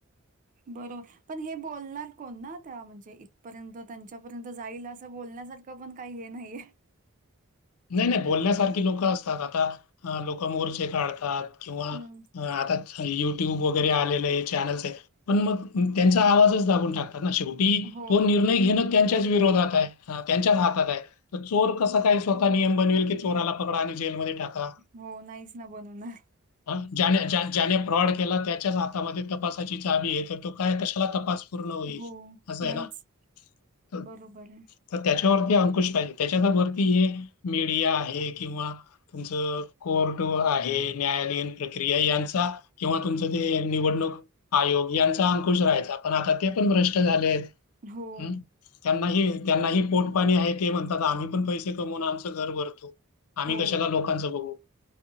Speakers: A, on the right (about 35°); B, on the left (about 80°).
A: बरो पण हे बोलणार कोण ना त्या म्हणजे इथपर्यंत त्यांच्यापर्यंत जाईल असं बोलण्यासारख तो पण काही हे नाहीये.
B: नाही नाही बोलण्यासारखी लोक असतात आता लोक मोर्चे काढतात. किंवा
A: हम्म
B: अ आता युट्यूब वगैरे आलेलं हे चॅनल्स आहे पण मग त्यांचा आवाजच दाबून टाकतात ना शे
A: हो
B: तो निर्णय घेण त्यांच्याच विरोधात आहे त्यांच्याच हातात आहे चोर कस काय स्वतः नियम बनवेल की चोराला पकडा आणि जेलमध्ये टाका
A: हो नाहीच ना बनवणार
B: ह ज्याने ज्याने फ्रॉड केला त्याच्याच हातामध्ये तपासाची जाबी येत तो काय कशाला तपास पूर्ण होईल?
A: हो
B: असं
A: नाहीच
B: आहे ना. तर
A: बरोबर आहे
B: तर त्याच्यावरती अंकुश पाहिजे त्याच्या वरती हे मीडिया आहे किंवा तुमचं कोर्ट आहे न्यायालयीन प्रक्रिया यांचा किंवा तुमचं ते निवडणूक आयोग यांचा अंकुश राहायचा पण आता ते पण भ्रष्ट झालेत
A: हो
B: हम्म त्यांनाही त्यांनाही पोट पाणी आहे ते म्हणतात आम्ही पण पैसे कमवणार फक्त घर भरु आम्ही
A: हो
B: कशाला लोकांचं बघू